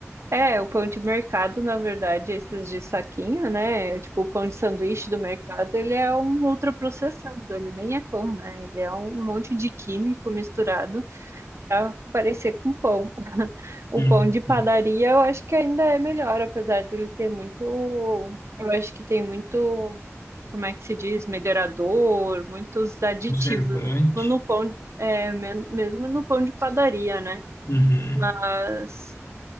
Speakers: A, on the right; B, on the left.
A: É, o pão de mercado, na verdade, esses de saquinho, né? Tipo, o pão de sanduíche do mercado, ele é um ultraprocessado, ele nem é pão, né? Ele é um monte de químico misturado para parecer com pão. <laughs> O
B: Hum,
A: pão de padaria,
B: hum.
A: eu acho que ainda é melhor, apesar dele ter muito, eu acho que tem muito, como é que se diz, melhorador, muitos aditivos,
B: Conservante.
A: mesmo no pão, é, me- mesmo no pão de padaria, né?
B: Uhum.
A: Mas